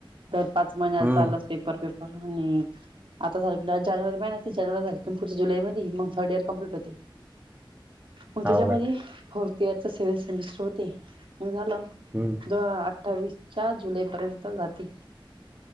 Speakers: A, on the right; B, on the right.
A: दर पाच महिन्याला
B: हम्म
A: चालू पेपर पेपर पुरवणी आता झालं की जानेवारी महिन्यात जानेवारी झाली की पुढच्या जुलै मध्ये मग थर्ड इयर कम्प्लीट होते मग त्याच्यामध्ये
B: हाव काय
A: फोर्थ इयरचे सेवेंथ सेमिस्टर होते मग झालं
B: हम्
A: अठ्ठावीस च्या जुलै पर्यंत जातील